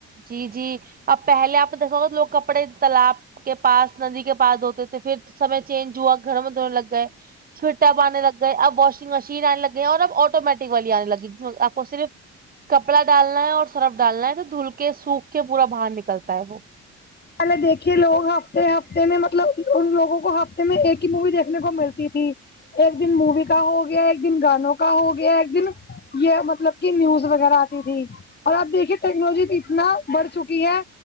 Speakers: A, on the right; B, on the left.
A: جی جی اپ پہلے آپ نے دیکھا ہوگا لوگ کپڑے تالاب کے پاس ندی کے پاس دھوتے تھے پھر سمے چینج ہوا گھر میں دھونے لگ گئے سویٹر باننے لگ گئے اب واشنگ مشین آنے لگے ہیں اور اب آٹومیٹک والی آنے لگی جس میں آپ کو صرف ک کپڑا ڈالنا ہے اورصرف ڈالنا ہے تو دھل کے سوکھ کے پورا باہر نکلتا ہے وہ
B: پہلے دیکھیے لوگ ہفتے ہفتے میں مطلب ان لوگوں کو ہفتے میں ایک ہی موی دیکھنے کو ملتی تھی ایک دن موی کا ہو گیا ایک دن گانوں کا ہو گیا ایک دن یہ مطلب ک نیوز وغیرہ آتی تھی اور آپ دیکھیے ٹیکنالوجی اتنا آگے بڑھ چکی ہے